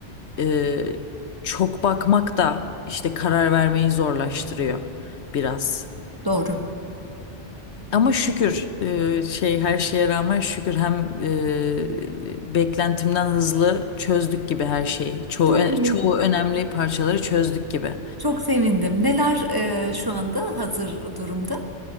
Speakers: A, on the left (about 70°); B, on the right (about 20°).
A: E, çok bakmak da işte karar vermeyi zorlaştırıyor biraz.
B: doğru.
A: Ama şükür e, şey her şeye rağmen şükür hem e, beklentimden hızlı çözdük gibi her şeyi. Çoğu
B: Çok
A: e,
B: iyi.
A: çoğu önemli parçaları çözdük gibi.
B: Çok sevindim. Neler e, şu anda hazır durumda?